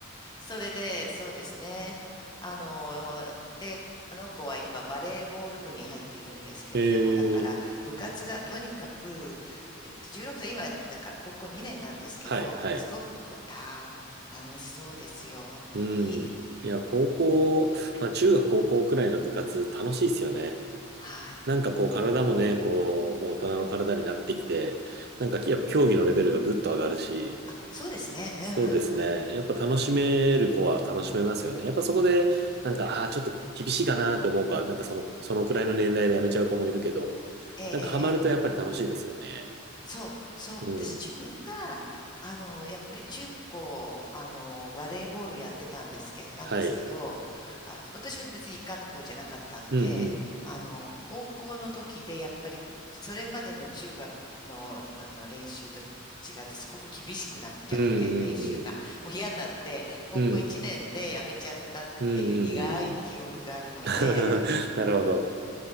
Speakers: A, on the left; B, on the right.
A: それで、そうですね。あの、で、あの子は今バレーボール部に入っているんですけれども、
B: え
A: だから部活がとにかく、
B: え、
A: えっと、16歳、今だから高校2年なんですけど、
B: はいはい。
A: すごくこう、た、あの、楽しそうですよ、本当に。
B: うん。いや、高校、まあ中学高校くらいの部活楽しいですよね。
A: はい。
B: なんかこう体もね、こう、もう大人の体になってきて、なんかやっぱ競技のレベルがぐっと上がるし、
A: あ、そうですね。うんうんうん。
B: そうですね。やっぱ楽しめる子は楽しめますよね。やっぱそこで、なんか、ああー、ちょっと厳しいかなと思うか、なんかその、そのくらいの年代でやめちゃう子もいるけど、
A: ええ、ええ。
B: なんかハマるとやっぱり楽しいですよね。
A: あそう、そう、
B: うん。
A: 私自分が、あの、やっぱり中高、あの、バレーボールやってたんです、やったんですけど、
B: はい。
A: あ、私は別に一貫の子じゃなかったんで、
B: うんうん。
A: あの、高校の時でやっぱり、それまでの中学の、あの、練習と違って、すごく厳しくなっちゃって、
B: うん
A: 練習が。
B: うんうん。
A: もう嫌になって、高校1年でやめちゃったっていう苦い記憶があるので、
B: うん。うんうんうんうん。<laughs> なるほど。